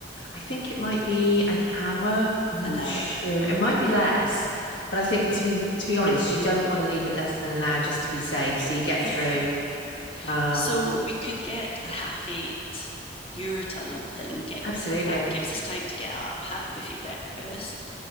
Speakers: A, on the left; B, on the left.
A: I think it might be an hour. I'm not
B: an hour.
A: sure. It might be less, but I think to be to be honest, you don't want to leave it less than an hour just to be safe. So you get
B: Yeah.
A: through. Um,
B: So we could get a half eight Eurotunnel thing. Get
A: absolutely,
B: that gives us time to get up, have a buffet breakfast,